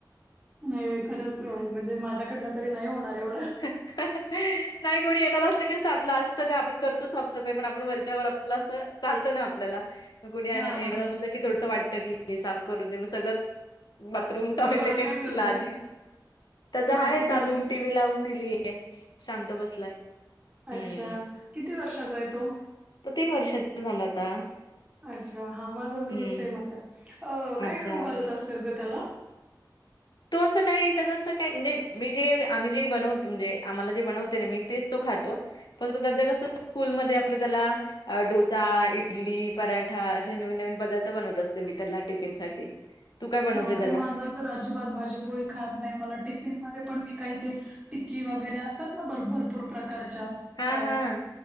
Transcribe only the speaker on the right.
नाही बाई खरंच ओ म्हणजे माझ्याकडनं तरी नाही होणार एवढं.
हा हा
हा
तुझं
बाळ काय करतय
बाळ
काय
करतय
आच्छा
किती वर्षाचा आहे तो?
अच्छा हा माझा आण तुझं
सेमच आहे अ काय
खाऊ घालत असतेस ग त्याला?
बापरे
माझा तर अजिबात भाजीपोळी खात नाही मला टिफिन मध्ये पण मी काही ते टिक्की वगैरे असतात ना भर भरपूर प्रकारच्या
अ